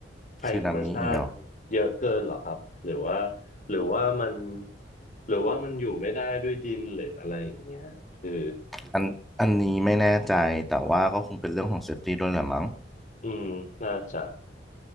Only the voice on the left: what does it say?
ภัยธรรมชาติเยอะเกินเหรอครับหรือว่า
หรือว่ามันหรือว่ามันอยู่ไม่ได้ด้วยดินหรืออะไรอย่างเงี้ยคือ
อืมน่าจะ